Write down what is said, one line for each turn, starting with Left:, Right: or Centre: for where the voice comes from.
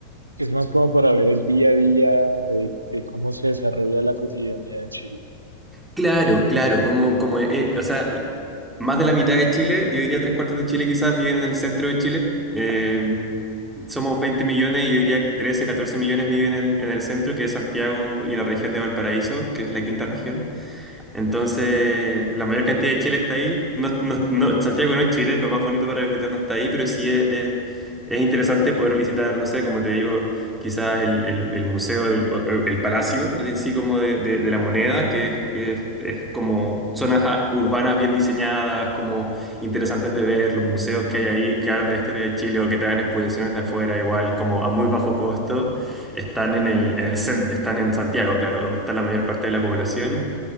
Right: es más como para ver el día a día de, de cómo se desarrolla la cotidianidad en Chile.
Centre: Claro, claro, como, como eh, o sea, más de la mitad de Chile, yo diría tres cuartos de Chile quizás viven en el centro de Chile. Eh, somos 20 millones, yo diría 13 14 millones viven en el, en el centro, que es Santiago y la región de Valparaíso, que es la quinta región. Entonces, la mayor cantidad de Chile está ahí. No, no- no- Santiago no es Chile, lo más bonito para visitar no está ahí, pero sí es, es, es interesante poder visitar, no sé, como te digo, quizás el, el, el museo, del- o- o el, palacio en sí como de, de, de la moneda, que, es, que es- es como zonas a- urbanas bien diseñadas, como interesantes de ver, los museos que hay ahí que hablan de la historia de Chile o que traen exposiciones de afuera, igual, como a muy bajo costo, están en el, en el, cen- están en Santiago, claro, donde está la mayor parte de la población.